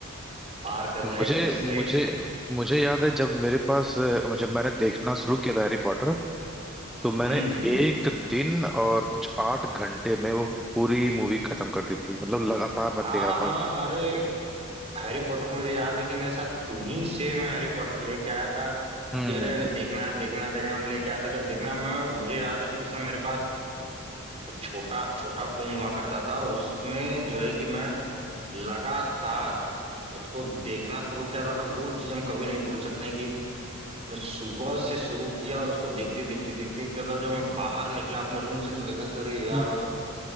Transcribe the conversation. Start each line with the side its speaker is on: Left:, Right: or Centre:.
Right: पार कर
Centre: मुझे
Right: जाएंगे उस
Centre: मुझे
Right: साइड
Centre: मुझे याद है जब मेरे पास अ, जब मैंने देखना शुरू किया था हैरी पॉटर तो मैंने
Right: हम्म हम्म
Centre: एक दिन और कुछ आठ घंटे में वो पूरी मूवी खत्म कर दी थी मतलब लगातार मैं
Right: हाँ
Centre: देख रहा
Right: हाँ
Centre: था
Right: अरे हैरी पॉटर मुझे याद है कि मेरे साथ तुम ही से मैं हैरी पॉटर लेके आया था
Centre: हम्म
Right: कि अरे
Centre: हम्म,
Right: देखना है देखना है देखना है, हम लेके आते कि अब देखना मैं मुझे याद है कि उस समय मेरे पास छोटा छोटा फोन हुआ करता था और उसमें जो है कि मैं लगातार उसको देखना शुरू किया था तो वो चीज हम कभी नहीं भूल सकते हैं कि मैं सुबह से शुरू किया और उसको देखते देखते देखते देखते मतलब जब मैं बाहर निकला अपने रूम से तो देखा कि अरे यार
Centre: हम्म,
Right: मतलब